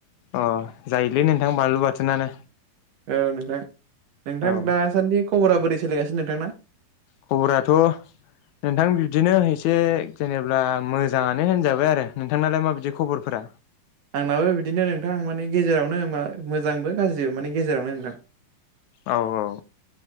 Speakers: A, on the left; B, on the right.
A: अ जायोलै नोंथां बानलु बाथोनानो।
B: औ नोंथां। नोंथां
A: औ
B: दासान्दि खबरा बोरै सोोलायगासिनो नोंथांना?
A: खबराथ' नोंथां बिबदिनो एसे जेनेब्ला मोजाङानो होनजाबाय आरो। नोंथांनालाय माबायदि खबरफोरा?
B: आंनाबो बिदिनो नोंथां माने गेजेरावनो मा-मोजांबो गाज्रिबो माने गेजेरावनो नोंथां।
A: औ औ